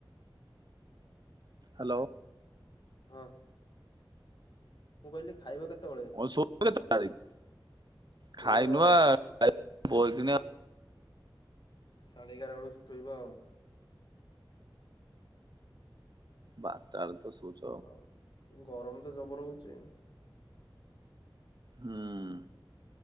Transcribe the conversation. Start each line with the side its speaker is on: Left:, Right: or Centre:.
Right: ହ୍ୟାଲୋ।
Left: ହଁ। ମୁଁ କହିଲି ଖାଇବ କେତେବେଳେ?
Right: <unintelligible>
Left: ଶୋଇବା
Right: ଖାଇନୁ
Left: ଆଉ।
Right: ବା ବଇକିନି
Left: ସାଢେ ଏଗାର ବେଳକୁ ଶୋଇବ ଆଉ।
Right: ବାରଟାଳୁ ତ ଶୋଉଚୁ।
Left: ତ ଗରମ ତ ଜବର ହଉଚି।
Right: ହୁଁ ଉ।